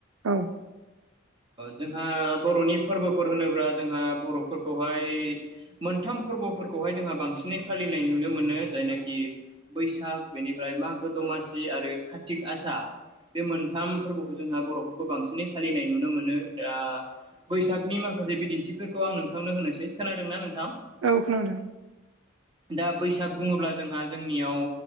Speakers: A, on the right; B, on the right.
A: औ।
B: जोंहा बर'नि फोरबोफोर होनोब्ला जोंहा बर'फोरखौहाय मोनथाम फोरबोफोरखौहाय जोंहा बांसिनै फालिनाय नुनो मोनो जायनाखि बैसाग बेनिफ्राय मागो द दमासि आरो कार्तिक आसा बे मोनथाम फोरबोखौ जोंहा बर'फोरखौ बांसिनै फालिनाय न नुनो मोनो ओ बैसागनि माखासे बिदिन्फोरखौ आं नोंथांनो होनोसै खोनादों ना नों?
A: औ खोनादों।
B: दा बैसाग बुङोब्ला जोंहा जोंनियाव